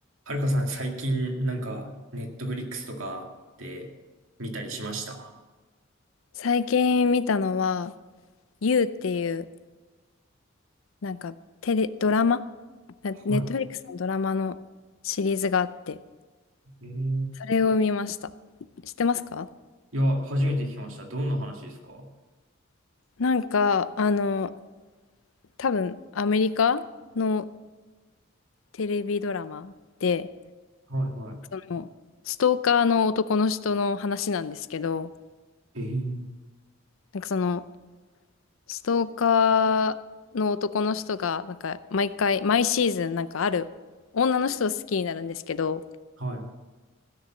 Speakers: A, on the right (about 80°); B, on the left (about 85°).
A: はるかさん、最近、なんか、ネットフリックスとかで見たりしました
B: 最近見たのは、You っていう、なんかテレ、ドラマなネットフリックスのドラマのシリーズがあって、
A: はい。えー、
B: それを見ました。知ってますか
A: いや、初めて聞きました。どんな話ですかは
B: なんか、あの、多分アメリカのテレビドラマで、
A: いは
B: その、ストーカーの男の人の話なんですけど、
A: い。えー、
B: なんかその、ストーカーの男の人が、なんか毎回、毎シーズンなんかある女の人を好きになるんですけど、
A: はい。